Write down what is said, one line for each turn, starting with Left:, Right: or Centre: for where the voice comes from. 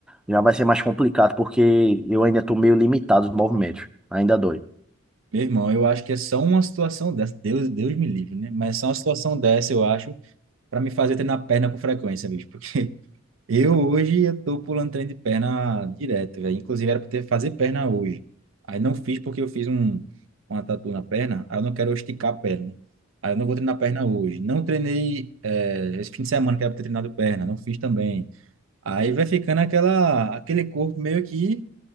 Centre: já vai ser mais complicado, porque eu ainda tô meio limitado os movimentos. Ainda dói.
Right: Meu irmão, eu acho que é só uma situação dessa. Deus, Deus me livre, né? Mas é só uma situação dessa, eu acho, para me fazer treinar perna com frequência, bicho. Porque Eu hoje eu tô pulando treino de perna direto, velho. Inclusive era pra ter fazer perna hoje. Aí não fiz porque eu fiz um, uma tatu na perna, aí eu não quero esticar a perna, né? Aí eu não vou treinar perna hoje. Não treinei eh, esse fim de semana que era pra ter treinado perna, não fiz também. Aí vai ficando aquela, aquele corpo meio que